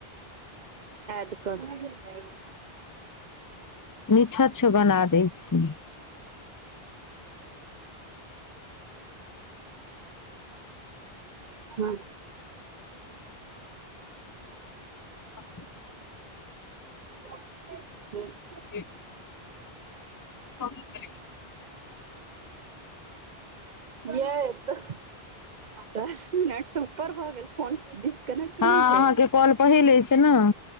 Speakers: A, on the right (about 50°); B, on the left (about 20°).
A: ड कर <unintelligible>
B: निछछ बना दै छै
A: हँ
B: <unintelligible>
A: हू <unintelligible>
B: एक ह
A: य तऽ दस मिनट से ऊपर भऽ गेल काॅल डस्कनेट
B: हँ
A: नहि भेल
B: अहाँके कॉल पहिले छै ने